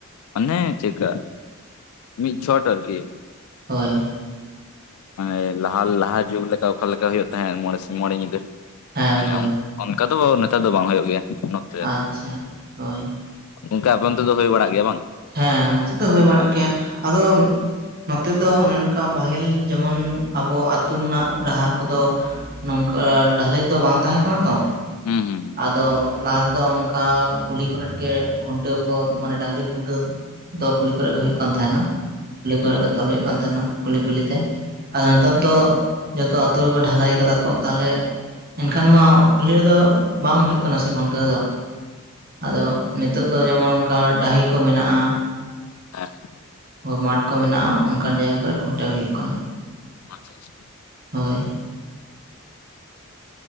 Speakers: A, on the left; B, on the right.
A: ᱚᱱᱮ ᱪᱮᱜ ᱠᱟ ᱢᱤᱫ ᱪᱷᱚᱴ ᱟᱨ ᱠᱤ ᱾
B: ᱦᱳᱭ ᱾
A: ᱢᱟᱱᱮ ᱞᱟᱦᱟ ᱞᱟᱦᱟ ᱡᱩᱜᱽ ᱞᱮᱠᱟ ᱚᱠᱟ ᱞᱮᱠᱟ ᱦᱩᱭᱩᱜ ᱛᱟᱦᱮᱸᱜ ᱢᱚᱬᱮ ᱥᱤᱧ ᱢᱚᱬᱮ ᱧᱤᱫᱟᱹ
B: ᱦᱮᱸ
A: ᱢᱟᱱᱮ
B: ᱦᱳᱭ
A: ᱚᱝᱠᱟ ᱾ ᱚᱱᱠᱟ ᱫᱚ ᱱᱮᱛᱟᱨ ᱫᱚ ᱵᱟᱝ ᱦᱩᱭᱩᱜ ᱜᱮᱭᱟ ᱱᱚᱛ
B: ᱟᱪᱪᱷᱟ ᱦᱳᱭ ᱾
A: ᱜᱚᱝᱠᱮ ᱟᱯᱮ ᱚᱱᱛᱮ ᱫᱚ ᱦᱩᱭ ᱵᱟᱲᱟᱜ ᱜᱮᱭᱟ ᱵᱟᱝ?
B: ᱦᱮᱸ ᱱᱚᱛᱮ ᱫᱚ ᱦᱩᱭ ᱵᱟᱲᱟᱜ ᱜᱮᱭᱟ ᱟᱫᱚᱼᱼ ᱱᱚᱛᱮ ᱫᱚ ᱚᱱᱮ ᱚᱱᱠᱟ ᱯᱟᱹᱦᱤᱞ ᱡᱮᱢᱚᱱ ᱟᱵᱚ ᱟᱹᱛᱩ ᱨᱮᱱᱟᱜ ᱰᱟᱦᱟᱨ ᱠᱚᱫᱚ ᱱᱚᱝᱠᱟ ᱰᱷᱟᱹᱞᱟᱹᱭ ᱫᱚ ᱵᱟᱝ ᱛᱟᱦᱮᱸ ᱠᱟᱱᱟ ᱛᱚ ᱾
A: ᱦᱩᱸ ᱦᱩᱸ ᱾
B: ᱟᱫᱚ ᱞᱟᱦᱟ ᱛᱮᱫᱚ ᱚᱱᱠᱟ ᱠᱩᱞᱦᱤ ᱠᱚᱨᱮᱫ ᱜᱮ ᱠᱷᱩᱱᱴᱟᱹᱣ ᱠᱚᱫ ᱢᱟᱱᱮ ᱰᱟᱹᱝᱨᱤ ᱠᱷᱩᱱᱴᱟᱹᱣ ᱫᱚ ᱠᱩᱞᱦᱤ ᱠᱚᱨᱮ ᱜᱮ ᱦᱩᱭᱩᱜ ᱠᱟᱱ ᱛᱟᱦᱮᱸᱱᱟ ᱠᱩᱞᱦᱤ
A: ᱦᱩᱸ
B: ᱠᱚᱨᱮ ᱜᱮ ᱛᱚᱞ ᱦᱩᱭᱩᱜ ᱠᱟᱱ ᱛᱟᱦᱮᱱᱟ ᱾ ᱠᱩᱞᱦᱤ ᱠᱩᱞᱦᱤ ᱛᱮ ᱟᱫᱚ ᱱᱮᱛᱟᱨ ᱫᱚ ᱡᱚᱛᱚ ᱟᱹᱛᱩ ᱨᱮᱠᱚ ᱰᱷᱟᱞᱟᱭ ᱠᱟᱫᱟ ᱠᱚ ᱛᱟᱦᱚᱞᱮ ᱮᱱᱠᱷᱟᱱ ᱢᱟ ᱠᱩᱞᱦᱤ ᱨᱮᱫᱚ ᱵᱟᱝ ᱦᱩᱭᱩᱜ ᱠᱟᱱᱟ ᱥᱮ ᱠᱷᱩᱱᱴᱟᱹᱣ ᱫᱚ ᱾ ᱟᱫᱚ ᱱᱤᱛᱚᱜ ᱫᱚ ᱡᱮᱢᱚᱱ ᱚᱱᱠᱟ ᱰᱟᱹᱦᱤ ᱠᱚ ᱢᱮᱱᱟᱜ-ᱟ ᱾
A: ᱮ ᱦᱟᱸᱜ᱾
B: ᱚ ᱢᱟᱴᱷ ᱠᱚ ᱢᱮᱱᱟᱜ-ᱟ ᱚᱱᱠᱟᱱ ᱡᱟᱭᱜᱟ ᱠᱚᱨᱮ ᱠᱷᱩᱱᱴᱟᱹᱣ ᱦᱩᱭᱩᱜ ᱠᱟᱱᱟ ᱾
A: ᱟᱪᱷᱟ ᱟᱪᱷᱟ᱾
B: ᱦᱳᱭ᱾